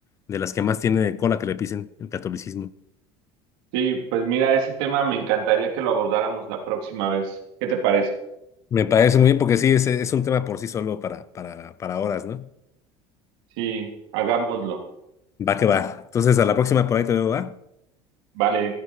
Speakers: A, on the left; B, on the right.
A: de las que más tiene cola que le pisen el catolicismo.
B: Sí, pues mira, ese tema me encantaría que lo abordáramos la próxima vez. ¿Qué te parece?
A: Me parece muy bien porque sí, es, es un tema por sí solo para, para, para horas, ¿no?
B: Sí, hagámoslo.
A: Va que va. Entonces, a la próxima por ahí te veo, ¿va?
B: Vale.